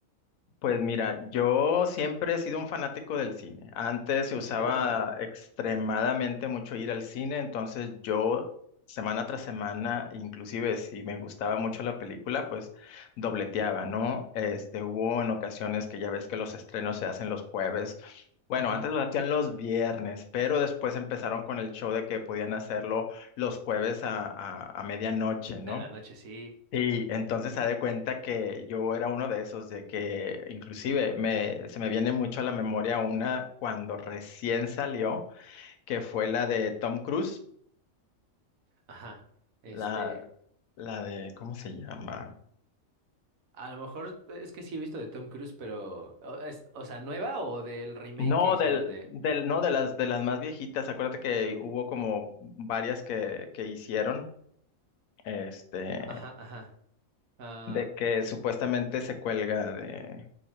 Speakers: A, on the left; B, on the right.
A: pues mira, yo siempre he sido un fanático del cine. Antes se
B: Perfecto.
A: usaba extremadamente mucho ir al cine, entonces yo semana tras semana, inclusive si me gustaba mucho la película, pues dobleteaba, ¿no? Este, hubo en ocasiones que ya ves que los estrenos se hacen los jueves. Bueno,
B: Ujú.
A: antes lo hacían los viernes, pero después empezaron con el show de que podían hacerlo los jueves a, a, a medianoche, ¿no?
B: En la noche sí.
A: Sí, entonces se da cuenta que yo era uno de esos, de que inclusive me, se me viene mucho a la memoria una cuando recién salió, que fue la de Tom Cruise,
B: Ajá. Este,
A: la, la de, ¿cómo se llama?
B: a lo mejor e, es que sí he visto de Tom Cruise, pero o, es, o sea, nueva o del remake
A: No,
B: que hicieron
A: del,
B: de
A: del, no, de las, de las más viejitas. Acuérdate que hubo como varias que, que hicieron, este,
B: Ajá, ajá. Ah,
A: de que supuestamente se cuelga de,